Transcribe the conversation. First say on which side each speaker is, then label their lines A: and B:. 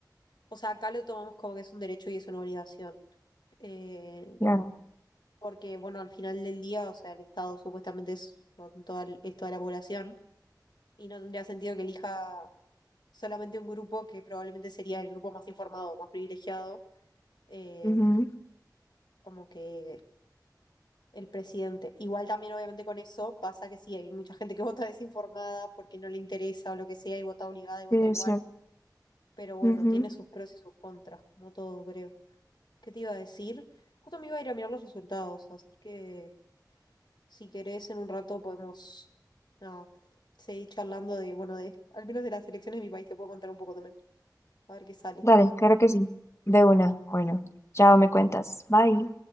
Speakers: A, on the left; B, on the left.
A: o sea, acá lo tomamos como que es un derecho y es una obligación. Eh,
B: Claro.
A: porque, bueno, al final del día, o sea, el Estado supuestamente es, son toda, el- es toda la población y no tendría sentido que elija solamente un grupo que probablemente sería el grupo más informado, más privilegiado, eh,
B: Ujú,
A: como que el presidente. Igual también, obviamente, con eso pasa que sí, hay mucha gente que <laughs> vota desinformada porque no le interesa o lo que sea y vota obligada y vota
B: Sí,
A: igual,
B: es cierto.
A: pero bueno,
B: Ujú.
A: tiene sus pros y sus contras, como todo, creo. ¿Qué te iba a decir? Justo me iba a ir a mirar los resultados, así que... Si querés, en un rato podemos nada, seguir charlando de, bueno, de, al menos de las elecciones de mi país, te puedo contar un poco también, a ver qué sale.
B: Dale, claro que sí. De una. Bueno, chao, me cuentas. Bye.